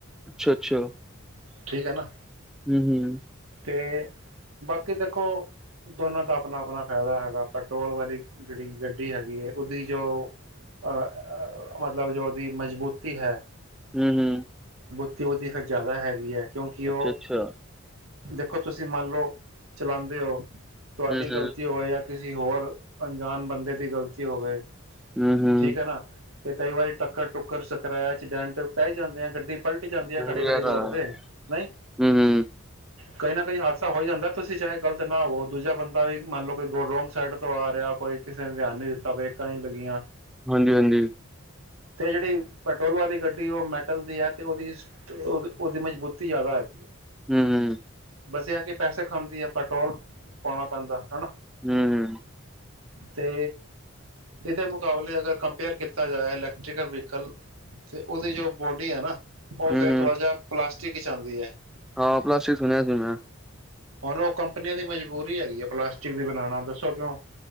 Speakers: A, in the centre; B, on the right.
A: ਅੱਛਾ ਅੱਛਾ
B: ਠੀਕ ਹੈ ਨਾ
A: <unintelligible>
B: ਤੇ ਬਾਕੀ ਦੇਖੋ ਦੋਨਾਂ ਦਾ ਆਪਣਾ ਆਪਣਾ ਫ਼ਾਇਦਾ ਹੈਗਾ ਪੈਟਰੋਲ ਵਾਲੀ ਜਿਹੜੀ ਗੱਡੀ ਹੈਗੀ ਹੈ ਉਹਦੀ ਜੋ ਅਹ ਮਤਲਬ ਜੋ ਉਹਦੀ ਮਜ਼ਬੂਤੀ ਹੈ
A: <unintelligible>
B: <unintelligible> ਜ਼ਿਆਦਾ ਹੈਗੀ ਹੈ ਕਿਉਂਕਿ ਉਹ
A: ਅੱਛਾ ਅੱਛਾ
B: ਦੇਖੋ ਤੁਸੀਂ ਮੰਨ ਲਓ ਚਲਾਉਂਦੇ ਹੋ ਤੁਹਾਡੀ
A: ਹੂੰ-ਹੂੰ,
B: ਗ਼ਲਤੀ ਹੋਵੇ ਜਾਂ ਕਿਸੇ ਹੋਰ ਅਣਜਾਾਨ ਬੰਦੇ ਦੀ ਗ਼ਲਤੀ ਹੋਵੇ
A: ਹੂੰ-ਹੂੰ,
B: ਠੀਕ ਹੈ ਨਾ ਤੇ ਕਈ ਵਾਰੀ ਟੱਕਰ ਟੁੱਕਰ ਸਕ੍ਰੈਚ ਡੈਂਟ ਪੈ ਜਾਂਦੇ ਆ ਗੱਡੀ ਪਲਟ ਜਾਂਦੀ ਹੈ
A: ਹਾਂਜੀ
B: ਖੜੇ ਖੜੇ
A: ਐ
B: ਰੋਡ
A: ਤਾਂ ਹੈ,
B: ਤੇ ਨਹੀਂ
A: ਹੂੰ-ਹੂੰ,
B: ਕਈ ਨਾ ਕਈ ਹਾਦਸਾ ਹੋ ਜਾਂਦਾ ਤੁਸੀਂ ਚਾਹੇ ਗ਼ਲਤ ਨਾ ਹੋ ਦੂਜਾ ਬੰਦਾ ਵੀ ਮੰਨ ਲਓ ਕੋਈ <unintelligible> ਰੋਂਗ ਸਾਈਡ ਤੋਂ ਆ ਰਿਹਾ ਕੋਈ ਕਿਸੇ ਧਿਆਨ ਨੀ ਦਿੱਤਾ ਬਰੇਕਾਂ ਨੀ ਲੱਗੀਆਂ
A: ਹਾਂਜੀ ਹਾਂਜੀ
B: ਤੇ ਜਿਹੜੀ ਪੈਟਰੋਲ ਵਾਲੀ ਗੱਡੀ ਉਹ ਮੈਟਲ ਦੀ ਹੈ ਅਤੇ ਉਹਦੀ ਉਹ ਉਹਦੀ ਮਜ਼ਬੂਤੀ ਜ਼ਿਆਦਾ ਹੈਗੀ ਹੈ
A: ਹਮ ਹਮ
B: ਬਸ ਆ ਕੇ ਪੈਸੇ ਖਾਂਦੀ ਆ ਪੈਟਰੋਲ ਪਾਉਣਾ ਪੈਂਦਾ ਹਨਾ
A: ਹਮ ਹਮ
B: ਤੇ ਇਹਦੇ ਮੁਕਾਬਲੇ ਅਗਰ ਕੰਪੇਅਰ ਕੀਤਾ ਜਾਏ ਇਲੈਕਟ੍ਰੀਕਲ ਵਹੀਕਲ ਤੇ ਉਹਦੀ ਜੋ ਬੋਡੀ ਹੈ ਨਾ ਉਹ
A: ਹੂੰ-ਹੂੰ,
B: ਫੇਰ ਥੋੜਾ ਜਿਹਾ ਪਲਾਸਟ ਕ ਚਾਹਦੀ ਹੈ <unintelligible>
A: ਹਾਂ ਪਲਾਸਟਿਕ ਸੁਣੀਆ ਸੀ ਮੈਂ
B: ਹੁਣ ਉਹ ਕੰਪਨੀਆਂ ਦੀ ਮਜਬੂਰੀ ਹੈਗੀ ਆ ਪਲਾਸਟਿਕ ਦੀ ਬਣਾਉਣਾ ਦੱਸੋ ਕਿਉਂ